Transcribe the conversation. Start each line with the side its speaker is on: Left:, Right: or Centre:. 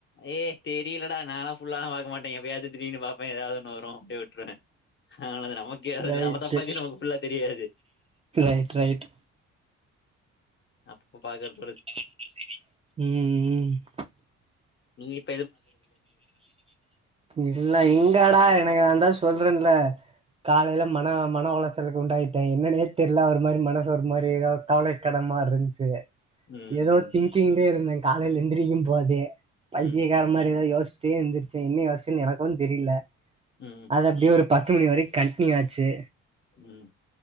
Left: ஏய் தெரியலடா நாலா ஃபுல்லாலா பாக்க மாட்டே எப்பயாவது திடீர்னு பாப்பே ஏதாவது ஒன்னு வரும் அப்டியே விட்ருவே அவ்ளோதா நமக்கே அது
Right: ரைட்டு
Left: நாம தப்பாத்தி நமக்கு ஃபுல்லா தெரியாது
Right: ரைட்
Left: அப்ப பாக்கறது
Right: ம் ம்
Left: நீப்
Right: இல்ல இங்கடா எனக்கு வந்தா சொல்றேன் இல்ல காலயில மன மனவுளச்சலுக்கு உண்டாயிட்டே என்னன்னே தெர்ல ஒரு மாரி மனசு ஒரு மாரி ஏதோ கவலை கனமா இருந்துச்சி
Left: ம்
Right: ஏதோ
Left: ம்
Right: திங்கிங்லே இருந்தே காலையில எந்திரிக்கும் போதே
Left: ம்
Right: இது மாதிரி யோசிச்சிட்டு எந்திரிச்சே என்ன யோசிச்சே எனக்கும் தெரியல
Left: ம்
Right: அது அப்டியே ஒரு பத்து மணி வரைக்கு கண்டினியூ ஆச்சு
Left: ம்